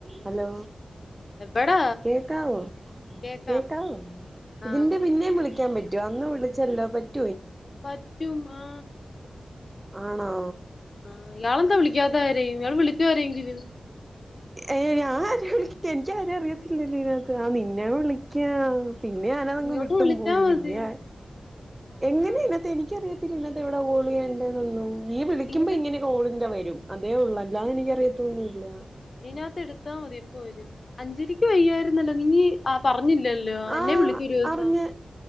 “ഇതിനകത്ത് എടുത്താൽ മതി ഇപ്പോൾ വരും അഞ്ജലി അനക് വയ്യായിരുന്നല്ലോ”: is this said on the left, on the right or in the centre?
Left